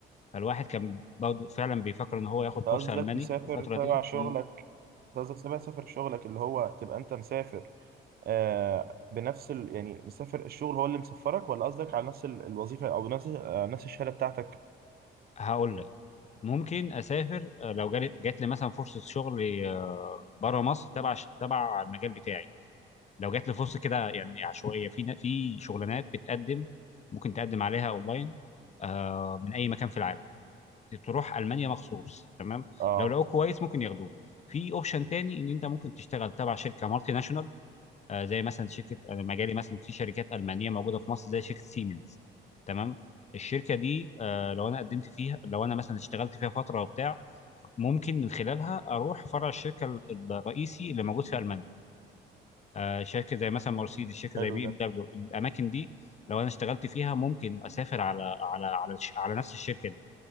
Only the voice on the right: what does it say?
قصدك
تسافر
تبع
شغلك
أنت قصدك تبع سافر شغلك اللي هو تبقى انت مسافر آه بنفس ال... يعني مسافر الشغل هو اللي مسفرك ولا قصدك على نفس ال- الوظيفة او نفس آه نفس الشهادة بتاعتك
اه
حلو
ده